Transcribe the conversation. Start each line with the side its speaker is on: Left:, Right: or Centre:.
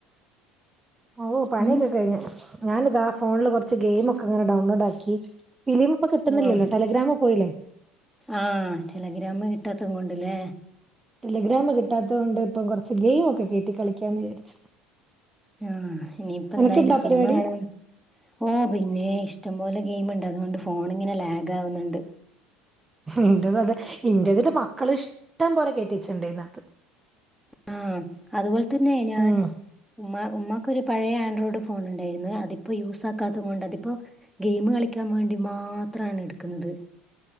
Right: ഓ പണിയൊക്കെ
Centre: ഉം
Right: കഴിഞ്ഞ് ഞാന് ദാ ഫോണ്ല് കൊർച്ച് ഗെയിമൊക്ക ഇങ്ങനെ ഡൗൺലോഡ് ആക്കി ഫിലിമ് പ്പ കിട്ടുന്നില്ലല്ലോ
Centre: ആഹ്
Right: ടെലഗ്രാമ് പോയില്ലേ
Centre: ആഹ് ടെലഗ്രാമ് കിട്ടാത്തതു കൊണ്ട് ല്ലേ
Right: ടെലഗ്രാമ് കിട്ടാത്തതോണ്ട് ഇപ്പം കൊറച്ച് ഗെയിമൊക്കെ കേറ്റി കളിക്കാന്ന് വിചാരിച്ചു
Centre: ആഹ് ഇഞ്ഞി പ്പ
Right: നിനക്കുണ്ടോ
Centre: എന്തായ്ലും സിനിമ
Right: പരിപാടി
Centre: കാണാൻ ഓഹ് പിന്നെ ഇഷ് ട്ടം പോലെ ഗെയ്മ്ണ്ട് അതുകൊണ്ട് ഫോണിങ്ങനെ ലാഗ് ആവ്ന്ന്ണ്ട്
Right: ഇന്റേതും അതെ ഇന്റേതില് മക്കള് ഇഷ്ടം പോലെ കേറ്റി വെച്ച്ണ്ട് തിനത്ത്
Centre: ആഹ് അതുപോലെ തന്നെ ഞാൻ
Right: ഉം
Centre: ഉമ്മ ഉമ്മക്കൊരു പഴയ ആൻഡ്രോയിഡ് ഫോൺ ഇണ്ടായിര്ന്ന് അതിപ്പോ യൂസാക്കാത്ത് കൊണ്ടതിപ്പോ ഗെയ്മ് കളിക്കാ വേണ്ടി മാത്രണ് എടുക്ക്‌ന്നത്